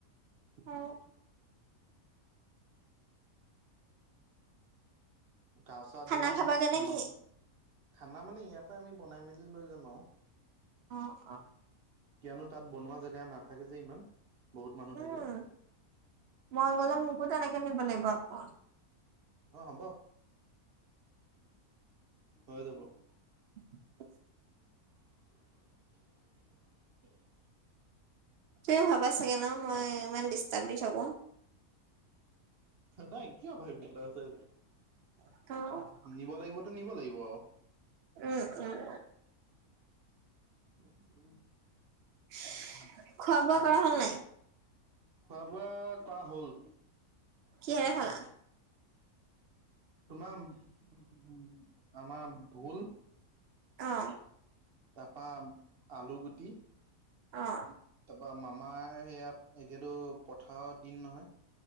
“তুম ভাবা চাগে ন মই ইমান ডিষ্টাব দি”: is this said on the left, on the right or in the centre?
Right